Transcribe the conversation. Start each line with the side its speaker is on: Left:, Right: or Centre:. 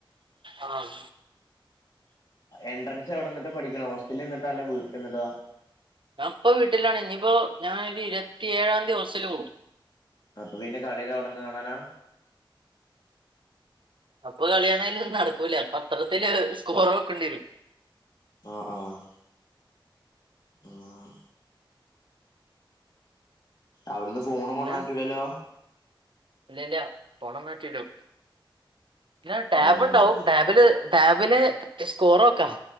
Right: ആഹ്
Left: എൻട്രൻസ് എവിടെന്നിട്ടാ പഠിക്കണേ ഹോസ്റ്റലിന്നിട്ടാ അല്ലേ വീട്ടിന്നിട്ടാ
Right: ഞാ ഇപ്പ വീട്ടിലാണ് ഇനിയിപ്പോ ഞാനൊരു ഇരുപത്തിഏഴാംതീ ഹോസ്റ്റല് പോവും
Left: അപ്പൊ പിന്നെ കളിയൊക്കെ അവിടെന്ന് കാണാനാ
Right: അപ്പൊ കളിയാണേലൊന്നും നടക്കൂല അപ്പ പത്രത്തില് സ്കോർ നോക്കണ്ടി വരും
Left: ആഹ് ആഹ് ഉം അവിടുന്ന് ഫോണും
Right: പിന്നെ
Left: കൊണ്ടോവാ പറ്റൂലല്ലോ
Right: ഇല്ലില്ല ഫോണൊന്നും പറ്റൂല്ല പിന്ന ടാബ്ണ്ടാവും
Left: ആഹ്
Right: ടാബില് ടാബില് സ്കോറോക്കാ